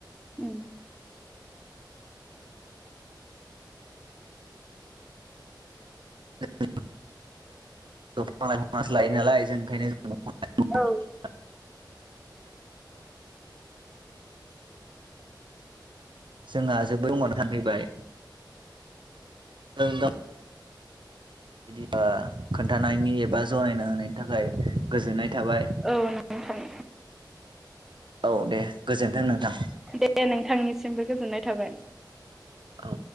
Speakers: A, in the centre; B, on the right.
A: <unintelligible>
B: <unintelligible> दंफां लाइफाङासो लायो नालाय जों ओंखायनो दंफां लाइफां <unintelligible>
A: औ।
B: <unintelligible> <unintelligible> जोंहा जोबोर <unintelligible> नो सानफैबाय औ नोंथां। बिदिबा खोन्थानायनि एबा जनायना होनायनि थाखाय गोजोननाय थाबाय।
A: औ नों नोंथां।
B: औ दे गोजोन्थों नोंथां।
A: दे नोंथांनिसिमबो गोजोननाय थाबाय।
B: औ।